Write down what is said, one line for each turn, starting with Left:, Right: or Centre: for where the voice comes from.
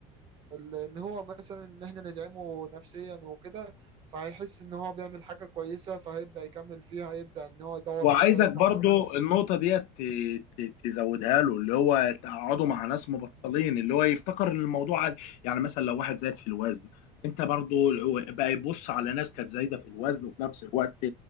Right: ال- ان هو مثلا ان احنا ندعمه نفسيا وكده فهيحس ان هو بيعمل حاجة كويسة فهيبدأ يكمل فيها هيبدأ ان هو يدور
Left: وعايزك
Right: ازاي يطلع
Left: برضو
Right: منها
Left: النقطه ديت ت- ت- تزودها له اللي هو تقعده مع ناس مبطلين اللي هو يفتكر ان الموضوع عادي يعني مثلا لو واحد زاد في الوزن انت برضو بقى يبص على ناس كانت زايده في الوزن وفي نفس الوقت